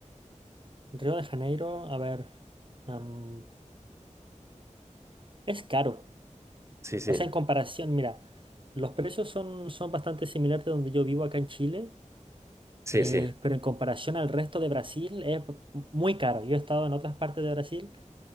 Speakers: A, on the right (about 40°); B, on the right (about 20°).
A: Río de Janeiro, a ver, am, es caro.
B: Sí, sí,
A: O sea, en comparación, mira, los precios son, son bastante similares de donde yo vivo acá en Chile,
B: sí,
A: eh,
B: sí.
A: pero en comparación al resto de Brasil es p- muy caro. Yo he estado en otras partes de Brasil.